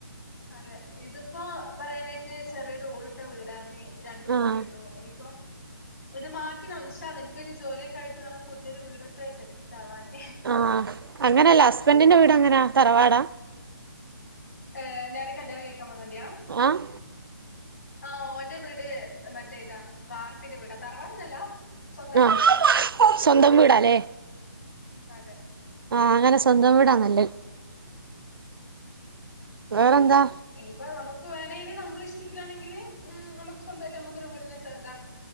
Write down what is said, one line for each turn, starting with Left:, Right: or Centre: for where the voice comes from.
Left: അതെ ഇതിപ്പോ പറയാനായിട്ട് ചെറിയൊരു ഓടിട്ട വീടാന്ന് രണ്ട് റൂമേയുള്ളൂ
Right: ആഹ്
Left: ഇനിയിപ്പം ഇത് മാറ്റണം ഇൻശാ അല്ലാഹ് എനിക്കൊരു ജോലിയൊക്കായിട്ട് വേണം പുതിയൊരു വീടൊക്കെ സെക്കി റ്റാവാന്
Right: ആഹ് അങ്ങനല്ല ഹസ്ബൻഡിന്റ വീടെങ്ങനാ തറവാടാ
Left: ഏഹ് ഞാന് കല്യാണം കഴിക്കാൻ വന്നോൻ്റിയാ
Right: ആഹ്
Left: ആഹ് ഓന്റെ വീട് മറ്റേ ഇതാ വാർപ്പിന്റെ വീടാ തറവാടൊന്നല്ലാ സ്വന്തം വീടാ
Right: ആഹ്
Left: ഓരെ
Right: സ്വന്തം വീടാല്ലേ
Left: അതെ
Right: ആഹ് അങ്ങനെ സ്വന്തം വീടാ നല്ലഹ് വേറെന്താ
Left: ഇനിപ്പ നമുക്ക് വേണേല് നമ്മള ഇഷ്ടത്തിലാണെങ്കില് ഉം നമ്മക്ക് സ്വന്തായിട്ട് നമ്മക്കൊരു വീടിനെ സ ദാ